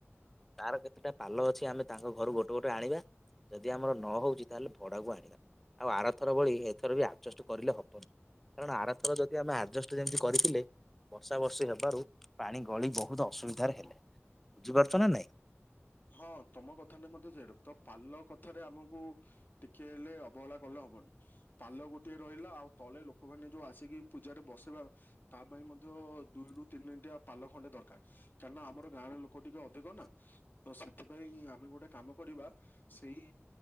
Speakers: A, in the centre; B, on the left.
A: ତାର କେତେଟା ପାଲ ଅଛି ଆମେ ତାଙ୍କ ଘରୁ ଗୋଟେ ଗୋଟେ ଆଣିବା ଯଦି ଆମର ନହଉଛି ତାହେଲେ ଭଡାକୁ ଆଣିବା ଆଉ ଆରଥର ଭଳି ଏଥର ବି ଆଡ଼ଜଷ୍ଟ କରିଲେ ହବନି କାରଣ ଆରଥର ଯଦି ଆମେ ଆଡ଼ଜଷ୍ଟ ଯେମତି କରିଥିଲେ ବର୍ଷା ବର୍ଷେ ହେବାରୁ ପାଣି ଗଳି ବହୁତ ଅସୁବିଧାରେ ହେଲେ ବୁଝିପାରୁଛ ନା ନାଇଁ?
B: ହଁ ତମ କଥାଟା ମଧ୍ୟ ସେଇ ତ ପାଲ କଥାରେ ଆମକୁ ଟିକେ ହେଲେ ଅବହେଳା କଲେ ହବନି ପାଲ ଗୋଟି ରହିଲା ଆଉ ତଳେ ଲୋକମାନେ ଯୋଉ ଆସିକି ପୂଜାରେ ବସିବା ତା ପାଇଁ ମଧ୍ୟ ଦୁଇ ରରୁ ତିନି ଦଟା ପାଲ ଖଣ୍ଡେ ଦରକାର କାହିଁକି ନା ଆମ ଗାଁରେ ଲୋକ ଟିକେ ଅଧିକ ନା। ତ ସେଥିପାଇଁ ଆମେ ଗୋଟେ କାମ କରିବା ସେଇ